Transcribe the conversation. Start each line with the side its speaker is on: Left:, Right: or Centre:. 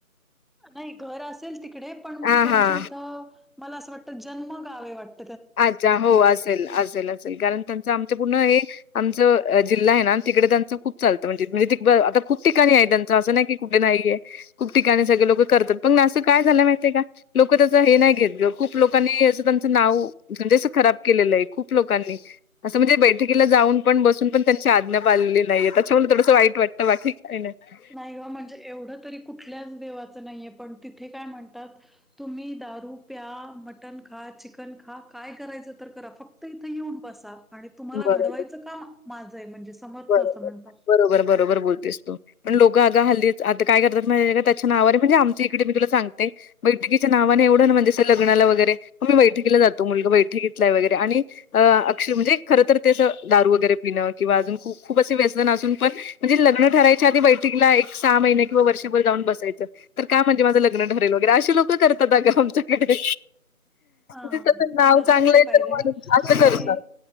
Centre: नाही घर असेल तिकडे पण
Left: हा
Centre: मग त्यांची
Left: हा
Centre: इथं मला असं वाटतं जन्मगाव वाटत.
Left: अच्छा हो असेल असेल असेल कारण त्यांचं आमच पूर्ण हे आमचं जिल्हा आहे ना तिकडे त्यांचं खूप चालतं म्हणजे म्हणजे आता खूप ठिकाणी आहे त्यांचं असं नाही की कुठे नाहीये खूप ठिकाणी सगळे लोक करतात पण असं काय झालं माहितय का? लोक त्याचं हे नाही घेत ग खूप लोकांनी असं त्यांचं नाव म्हणजेसं खराब केलेलं आहे खूप लोकांनी असं म्हणजे बैठकीला जाऊन पण बसून पण त्यांची आज्ञा पा आलेली नाहीये त्याच्यामुळेला थोडंसं वाईट वाटतं वाटे काही नाही
Centre: नाही ग. म्हणजे एवढं तरी कुठल्याच देवाचं नाहीये. पण तिथे काय म्हणतात. तुम्ही दारू प्या. मटण खा. चिकन खा. काय करायचं तर करा. फक्त इथे येऊन बसा. आणि तुम्हाला
Left: बरोबर.
Centre: घडवायचं काम माझंय. म्हणजे समर्थ
Left: बरोबर.
Centre: असं म्हणतात.
Left: बरोबर. बरोबर बोलतेस तू. पण लोकं अग हल्ली आता काय करतात. त्याच्या नावाववर. म्हणजे आमच इकडे मी तुला सांगते. बैठकीच्या नावाने. एवढं ना म्हणजे. लग्नाला वगैरे आम्ही बैठकीला जातो. मुलगा बैठकीतला आहे. वगैरे आणि अ अक्षर म्हणजे खर तर ते अस. दारू वगैरे पिणं. किंवा अजून ख खूप असे व्यसन असून पण. म्हणजे लग्न ठरायच्या आधी. बैठकीला एक सहा महिने. किंवा वर्षभर जाऊन बसायचं. तर का? म्हणजे माझं लग्न ठरेल वगैरे. असे लोकं करतात. अ ग आमच्याकडे.
Centre: हा
Left: तस नाव
Centre: तसं
Left: चांगलंय
Centre: नाही पाहिजे
Left: तर. म्हणून
Centre: ग
Left: असं
Centre: पण
Left: करतात.
Centre: नाही